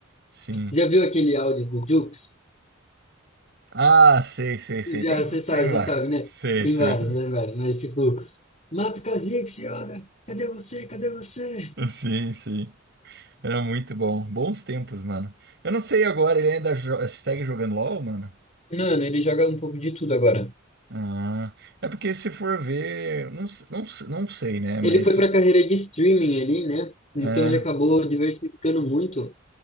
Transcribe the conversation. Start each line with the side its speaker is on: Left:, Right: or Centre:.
Right: sim.
Left: Já viu aquele áudio do Jukes?
Right: Ah, sei, sei, sei.
Left: Já,
Right: Tem,
Left: você sabe,
Right: tem
Left: você
Right: vários.
Left: sabe, né?
Right: Sei,
Left: Tem
Right: sei.
Left: vários,
Right: tá. <laughs>
Left: né, vários. Mas, tipo, mata o Kha'Zix, senhora! Cadê você? Cadê você?
Right: Sim, sim. Era muito bom. Bons tempos, mano. Eu não sei agora, ele ainda jo- segue jogando LOL, mano?
Left: Mano, ele joga um pouco de tudo agora.
Right: Ah, é porque se for ver, não, s- não, s- não sei, né? Mas
Left: Ele foi pra carreira de streaming ali, né? Então
Right: é.
Left: ele acabou diversificando muito